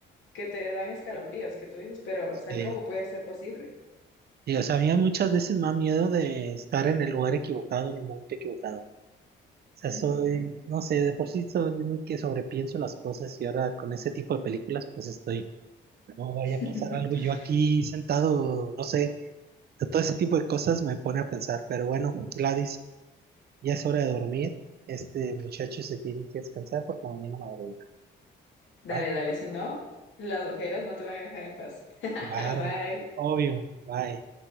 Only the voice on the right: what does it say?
Sí.
Sí, o sea, a mí muchas veces me da miedo de estar en el lugar equivocado, en el momento equivocado. O sea, soy,
no sé, de por sí soy muy que sobrepienso las cosas y ahora con ese tipo de películas pues estoy, no vaya
a pasar algo yo aquí sentado, no sé, todo ese tipo de cosas me pone a pensar. Pero bueno, Gladys. Ya es hora de dormir. Este muchacho se tiene que descansar porque mañana madruga.
¿Ah?
Claro,
obvio. Bye.